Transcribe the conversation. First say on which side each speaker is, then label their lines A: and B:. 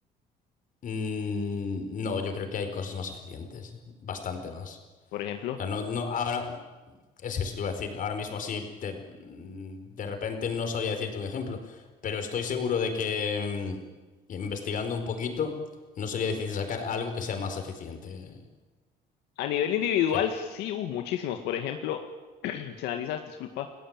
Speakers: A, on the left; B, on the left.
A: mm, no, yo creo que hay cosas más eficientes, bastante más.
B: Por ejemplo.
A: O sea, no, no, ahora, Es que eso te iba a decir, ahora mismo así de, de repente no sabría decirte un ejemplo, pero estoy seguro de que mm, investigando un poquito no sería difícil sacar algo que sea más eficiente.
B: A nivel individual,
A: O sea,
B: sí, uh, muchísimos. Por ejemplo, <clears throat> si analizas, disculpa,